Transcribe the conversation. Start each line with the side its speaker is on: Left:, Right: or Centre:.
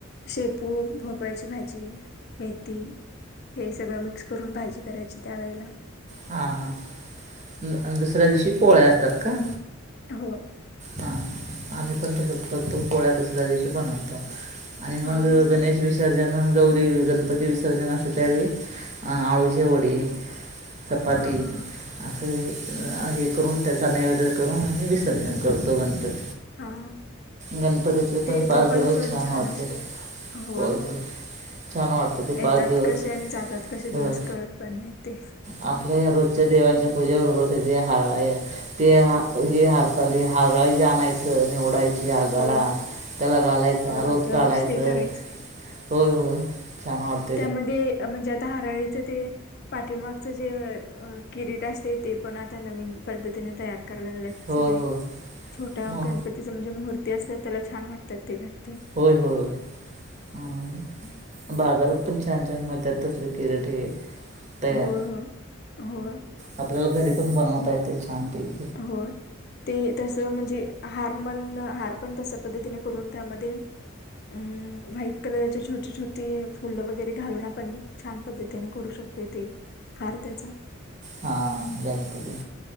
Left: शेपू, भोपळ्याची भाजी, मेथी, हे सग- सगळं मिक्स करून भाजी करायची, त्यावेळेला.
Right: हां, हां, दुसऱ्या दिवशी पोळ्या असतात का?
Left: हो.
Right: हा, हा, आम्ही पण तसं करतो पोळ्या दुसऱ्या दिवशी बनवतो. आणि मग
Left: हां हां हां
Right: गणेश विष- र्जन गौरी, गणपती विसर्जन असंत, त्यावेळी आळूचे वडी- चपाती-
Left: हां हां
Right: असं हे करून, त्याचा नैवेद करून आम्ही विसर्जन करतो गणपती.
Left: हा,
Right: गणपतीतले
Left: ते
Right: पाच
Left: तो पण
Right: दिवस
Left: सण छान
Right: वाटते
Left: असतोय, हो,
Right: होय
Left: हो.
Right: होय छान वाटतं ते
Left: येतात
Right: पाच दिवस
Left: कसे आणि जातात कसे
Right: हो
Left: दिवस कळत पण नाही ते.
Right: आपल्या या रोजच्या देवांच्या पूजेबरोबर ते जे हळ- ते ह हे हरचाली ह आणयचं निवडायचं <unintelligible> ते आघाडा
Left: होय.
Right: त्याला घालायचा,
Left: हो. रोजच्या
Right: रोज काढायचं-
Left: ते करायचं
Right: होय, होय छान वाट-
Left: त्यामध्ये म्हणजे आता हारळीचं ते- पाठीमागच जे किरीट असते, ते पण आता नवीन पद्धतीने तयार करायला लागलेत-
Right: होय
Left: सगळे.
Right: होय
Left: छोट्या
Right: मग
Left: गणपतीच्या म्हणजे मूर्ती असतात, त्याला छान वाटतात ते घर-
Right: होय, होय. ह. बाजारात पण छान, छान मिळत्यात तसल किरट हे- तयार.
Left: होय होय होय
Right: आपल्याला घरी पण बनवता येते छान पैकी.
Left: होय, ते तसं म्हणजे- हार म्हण, हार पण तशा पद्धतीने करून त्यामध्ये- हम.. व्हाईट कलरचे छोटे छोटे- ते फुलं वगैरे घालून, आपण छान पद्धतीने करू शकतोय ते हार त्याचा.
Right: हा झालं तजे